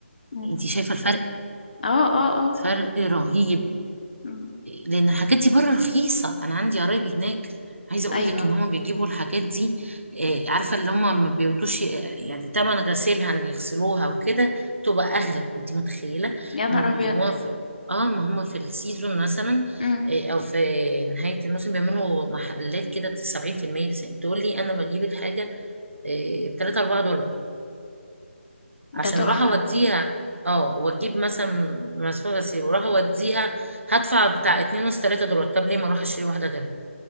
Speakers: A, on the left; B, on the right.
A: مم.
B: انت شايفه الفرق
A: اه اه اه
B: فرق رهيب
A: مم.
B: لان الحاجات دي بره رخيصه انا عندي قرايبي هناك عايزه اقول
A: ايوه
B: لك ان هم بيجيبوا الحاجات دي آه، عارفه اللي هم ما بيودوش آه، يعني تمن غسيلها ان يغسلوها وكده تبقى اغلى انت متخيله
A: يا نهار
B: ما بيجيبوها
A: ابيض
B: في اه ما هم في السيزون مثلا
A: مم.
B: آه، او في نهايه الموسم بيعملوا محلات كده 70% تقول لي انا بجيب الحاجه 3 4 دولار
A: ده
B: عشان
A: تحفة
B: اروح اوديها اه واجيب مثلا مسافه غسيل واروح اوديها هدفع بتاع اتنين ونص تلاتة دولار طب ليه ما اروح اشتري واحده غيرها